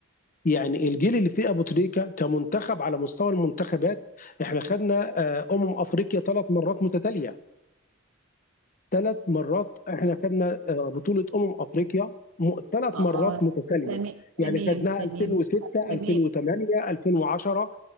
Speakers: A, on the left; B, on the right.
A: يعني الجيل اللي فيه ابو تريكه كمنتخب على مستوى المنتخبات احنا خدنا آه، امم افريقيا ثلاث مرات متتاليه ثلاث مرات احنا خدنا آه، بطوله امم افريقيا ثلاث
B: اه
A: مرات متتاليه
B: تمام تمام
A: يعني خدناها
B: تمام
A: 2006
B: تمام
A: 2008 2010